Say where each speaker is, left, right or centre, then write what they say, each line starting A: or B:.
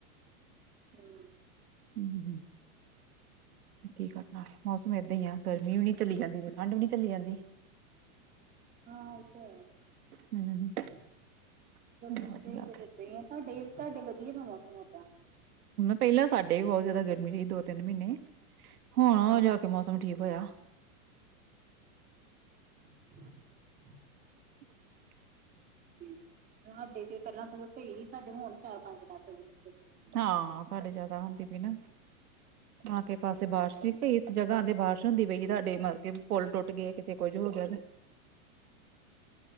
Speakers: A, on the right; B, on the right.
A: ਹੂੰ।
B: ਹਮ ਕੀ ਕਰਨਾ ਮੌਸਮ ਏਦਾਂ ਈ ਆ ਗਰਮੀ ਵੀ ਨੀ ਚਲੀ ਜਾਂਦੀ ਤੇ ਠੰਢ ਵੀ ਨੀ ਚਲੀ ਜਾਂਦੀ।
A: ਹਾਂ ਓ ਤਾਂ ਹੈ ਈ।
B: ਹਮ ਚਲੋ
A: ਗਰਮੀ
B: ਵਧੀਆ
A: ਚ ਤੇ ਫੇਰ ਏਦਾ ਈ ਆ ਤੁਹਾਡੇ-ਤੁਹਾਡੇ ਵਧੀਆ ਦਾ ਮੌਸਮ ਓਦਾਂ?
B: ਪੈਲਾਂ ਸਾਡੇ ਵੀ ਬੋਤ ਜਾਦਾ ਗਰਮੀ ਰਹੀ ਦੋ-ਤਿੰਨ ਮੀਨੇ ਹੁਣ ਓ ਜਾ ਕੇ ਮੌਸਮ ਠੀਕ ਹੋਇਆ।
A: <inaudible>
B: <inaudible>
A: ਸਾਡੇ ਤੇ ਪੈਲਾਂ ਸਗੋਂ ਸੀ ਸਾਡੇ ਹੁਣ ਚਾਰ-ਪੰਜ ਦਿਨਾਂ <unintelligible>
B: ਹਾਂ ਤੁਹਾਡੇ ਜਾਦਾ ਹੁੰਦੀ ਪਈ ਨਾ ਅੱਗੇ-ਪਾਸੇ ਪਾਸੇ ਬਾਰਿਸ਼ <unintelligible> ਕਈ ਜਗ੍ਹਾ ਤੇ ਬਾਰਿਸ਼ ਹੁੰਦੀ ਪਈ ਆ ਤੁਹਾਡੇ ਮਤਲਬ ਕੇ ਪੁਲ ਟੁੱਟਗੇ, ਕਿਤੇ ਕੁੱਝ ਹੋ ਗਿਆ